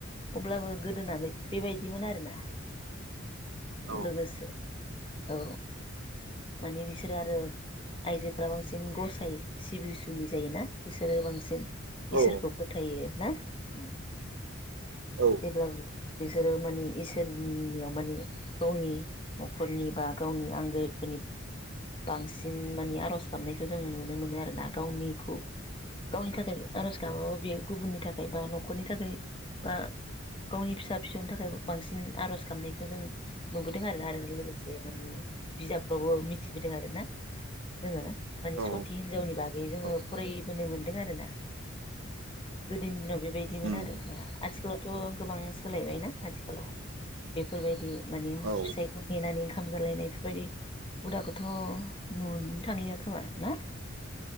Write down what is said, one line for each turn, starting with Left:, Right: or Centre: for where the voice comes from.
Left: अब्लाबो गोदोना बे बेबायदिमोन आरोना।
Right: औ
Left: लोगोसे औ माने बिसोरो आरो आइजोफ्रा बांसिन गसायो सिबि सुलि जायोना बिसोरो बांसिन।
Right: औ
Left: इसोरखौ फोथायो। ना उम
Right: औ
Left: जेब्लाबो बिसोरो माने इसोरनियाव माने गावनि नखरनि बा गावनि आंगोफोरनि बांसिन माने आरज गाबनायखौ जों नुनो मोनो आरोना गावनिखौ गावनि थाखाय आरज गाबाबो बेयो गुबुननि थाखाय बा नखरनि थाखाय बा गावनि फिसा फिसौनि थाखाय बांसिन आरज गाबनायखौ जों नुबोदों आरोना आरो लोगोसे माने बिजाबफ्रावबो मिथि सिबिदों आरोना जोङो। माने
Right: औ
Left: सती हिनजावनि बागै जोङो
Right: औ
Left: फरायबोनो मोन्दों आरो ना। गोदोनि दिनाव बे बेदिमोन
Right: उम
Left: आरो ना। आथिखालावथ गोबां सोलायबायना आथिखालाव बेफोरबायदि माने
Right: औ
Left: फिसायखौ नेनानै ओंखाम जालायनाय बेफोरबायदि हुदा खौ थ नुनो थांलिया खोमा ना।